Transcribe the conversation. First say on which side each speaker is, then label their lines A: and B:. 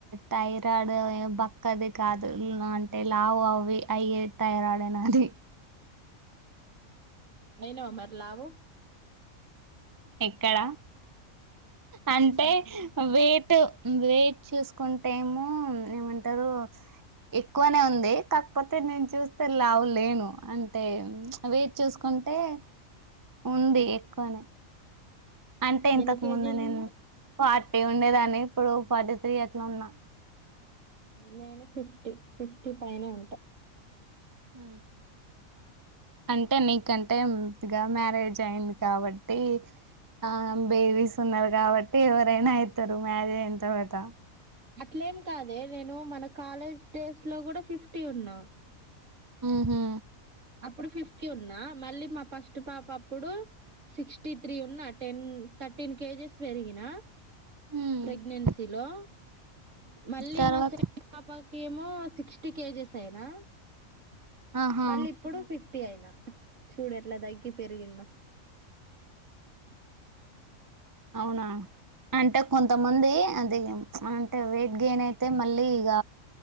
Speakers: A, on the right; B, on the right.
A: థైరాయిడ్ బక్కది కాదు అంటే లావు అవి అయ్యే థైరాయిడ్ అయినా అదీ
B: అయినావా మరి లావు
A: ఎక్కడ అంటే
B: ఇగ కావు
A: వే వెయిట్ చూసుకుంటే ఏమో ఏమంటారు ఎక్కువనే ఉంది కాకపోతే నేను చూస్తే లావు లేను అంటే వెయిట్ చూసుకుంటే అంటే ఉంది ఎక్కువని అంటే ఇంతకు
B: ఎన్ని కేజీలు
A: ముందు నేను
B: ఉన్నావ్
A: ఫార్టీ ఉండేదాన్ని ఇప్పుడు ఫార్టీ త్రీ అట్లా ఉన్నా
B: నేను ఫిఫ్టీ ఫిఫ్టీ పైనే ఉంటా
A: హ అంటే నీకంటే ఇదిగా మ్యారేజ్ అయింది కాబట్టి ఆ బేబీస్ ఉన్నారు కాబట్టి ఎవరైనా అవుతారు మ్యారేజ్ అయిన తర్వాత
B: అట్లేం కాదే నేను మన కాలేజ్ డేస్ లో కూడా ఫిఫ్టీ ఉన్నా
A: ఉహు
B: అప్పుడు ఫిఫ్టీ ఉన్నా మళ్ళీ మా ఫస్ట్ పాప అప్పుడు సిక్స్టీ ఫఫ్టీ త్రీ ఉన్నా టెన్ థర్టీన్ కేజెస్ పెరిగిన
A: ఉ
B: ప్రెగ్నెన్సీలో మళ్ళీ
A: తర్వాత
B: సెకండ్ పాప ఏమో సిక్స్టీ కేజెస్ అయినా
A: ఆహా
B: మళ్ళీ ఇప్పుడు ఫిఫ్టీ అయినా చూడు ఎట్లా దగ్గి పెరిగింద
A: అవునా అంటే కొంతమంది అది అంటే వెయిట్ గెన్ అయితే మళ్ళీ ఈగ